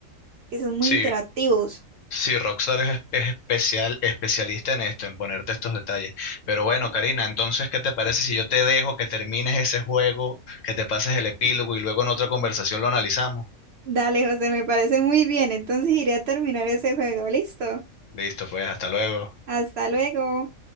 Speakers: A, on the right; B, on the left.
A: que son muy
B: Sí,
A: interactivos.
B: sí, Rockstar es, es especial, especialista en esto, en ponerte estos detalles. Pero bueno, Karina, entonces, ¿qué te parece si yo te dejo que termines ese juego, que te pases el epílogo y luego en otra conversación lo analizamos?
A: Dale, José, me parece muy bien. Entonces iré a terminar ese juego. Listo.
B: Listo, pues, hasta luego.
A: Hasta luego.